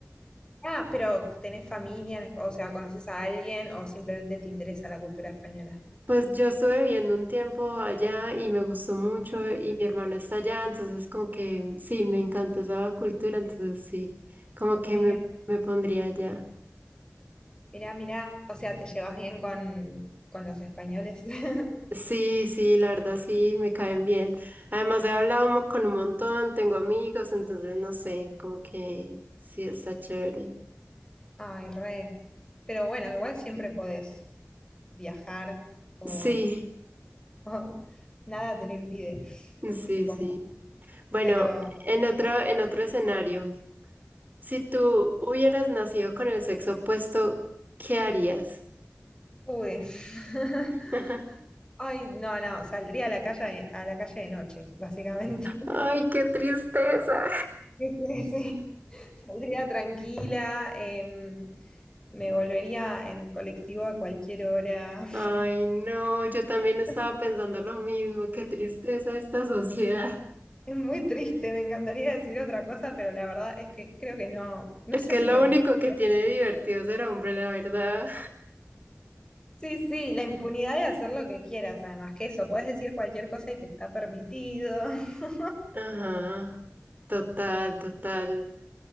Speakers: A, on the left; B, on the right.
A: Ah, pero ¿tenés familia? en Espa- O sea, ¿conoces a alguien o simplemente te interesa la cultura española?
B: Pues yo estuve viviendo un tiempo allá y me gustó mucho
A: Mm,
B: y mi hermano está allá, entonces como que sí, me encantó esa cultura, entonces sí, como que
A: Mira,
B: me, me pondría allá.
A: mira, mira. O sea, ¿te llevas bien con, con los españoles? <laughs>
B: Sí, sí, la verdad sí, me caen bien. Además he hablado mo- con un montón, tengo amigos, entonces no sé, como que sí, está chévere.
A: Ay, re. Pero bueno, igual siempre podés viajar o,
B: Sí,
A: o <laughs> nada te lo impide,
B: sí,
A: supongo.
B: sí. Bueno,
A: Pero,
B: en otro, en otro escenario, si tú hubieras nacido con el sexo opuesto, ¿qué harías?
A: uy. <laughs>
B: <laughs>
A: Ay, no, no, saldría a la calle, a la calle de noche, básicamente. <laughs>
B: Ay, qué tristeza.
A: Sí, sí, sí. Saldría tranquila, em, me volvería en colectivo a cualquier hora.
B: Ay, no, yo también estaba
A: <laughs>
B: pensando lo mismo, qué tristeza esta sociedad.
A: Es muy triste, me encantaría decir otra cosa, pero la verdad es que creo que no, no
B: Es
A: sé
B: que
A: si
B: lo
A: me gustaría.
B: único que tiene de divertido ser hombre, la verdad.
A: Sí, sí, la impunidad de hacer lo que quieras, además que eso, puedes decir cualquier cosa y te está permitido. <laughs>
B: Ajá, total, total.